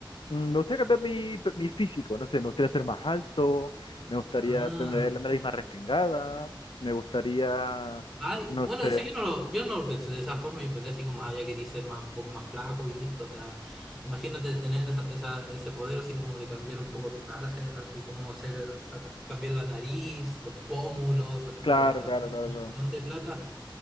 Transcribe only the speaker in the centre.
Ah,
Ay,
bueno,
eso yo no lo, yo no lo pensé de esa forma, yo pensé así como, ah, ya quería ser más, un poco más flaco y listo, o sea, imagínate tener esa, esa- ese poder así como de cambiar un poco su cara, así, así como hacer, saca- cambiar la nariz, los pómulos, así
como también
un montón
de plata